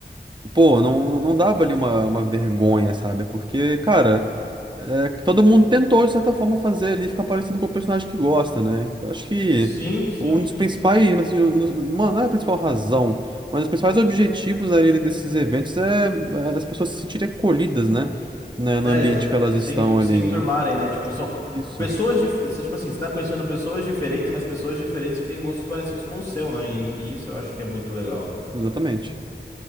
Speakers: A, on the right; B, on the left.
A: Pô, não, não não dava ali uma, uma vergonha, sabe? Porque, cara. É, que todo mundo tentou, de certa forma, fazer ali ficar parecido com o personagem que gosta, né? Eu acho que
B: Sim, sim.
A: um dos principais, né, assim, um dos- uma- não é a principal razão, mas os principais objetivos ali desses eventos é é, as pessoas se sentirem acolhidas, né? Né, No
B: É,
A: ambiente
B: exatamente.
A: que elas estão
B: Se, en- se
A: ali.
B: enturmarem, né? Tipo, são
A: Isso,
B: pessoas diferentes. Tipo assim, você tá conhecendo pessoas diferentes, mas pessoas diferentes que têm gostos parecidos com o seu, né? E, e isso eu acho que é muito legal.
A: exatamente.